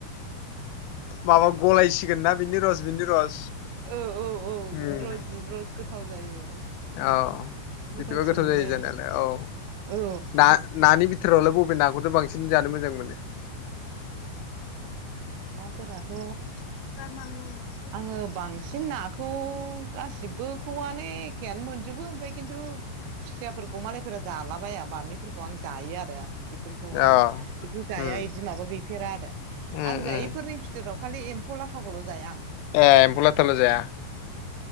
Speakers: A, on the left (about 85°); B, on the right (about 80°).
A: माबा गलायसिगोन ना बिनि रस बिनि रस
B: औ औ औ
A: उम
B: बिनि रस बिनि रस गोथाव जायो
A: औ
B: गोथावसिन
A: बिदिबा गोथाव
B: मोनो
A: जायो जानायालाय औ
B: औ
A: ना ना नि बिथोरावलाय बबे नाखौथ' बांसिन जानो मोजां मोनो
B: नाफोराथ'
A: <unintelligible>
B: आङो बांसिन नाखौ गासिबोखौआनो एखेयानो मोनजोबो ओमफ्राय खिन्थु खुसियाफोरखौ मालायफोरा जाला बाया बामिफोरखौ आं जायो आरो बेफोरखौ
A: अ
B: आं बेखौ जाया
A: उम
B: बिदि माबा गैफेरा आरो
A: उम
B: आं जायैफोरनि
A: उम
B: बिथोराव खालि एम्फौ लाथाखौल' जाया आं
A: ए एम्फौ लाथाल' जाया